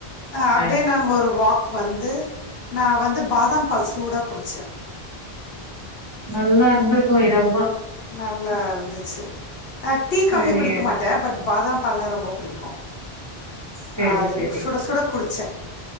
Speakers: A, on the left; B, on the right.
A: அப்டியே
B: ஆ
A: நாங்க ஒரு வாக் வந்து நா வந்து பாதாம் பால் சூடா குடிச்ச
B: நல்லா இருந்திருக்கு இதம்மா
A: நல்லா இருந்துச்சு அ டீ காஃபி
B: சேரிங்க
A: குடிக்க மாட்டே பட் பாதாம் பாலெல்லா ரொம்ப பிடிக்கு
B: சேரி
A: அது
B: சேரி
A: சுட சுட குடிச்சே